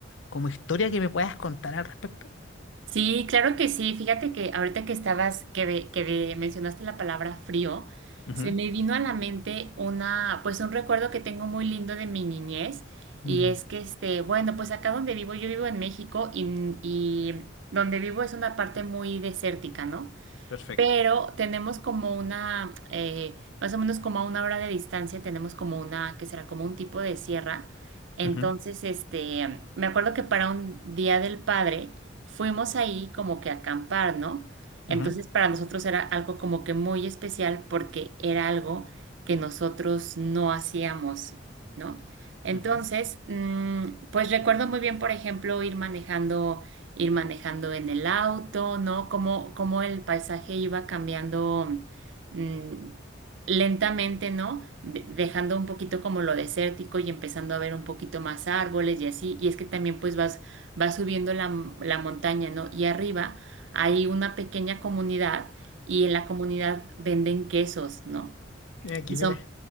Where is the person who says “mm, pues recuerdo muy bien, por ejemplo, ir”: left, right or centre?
Right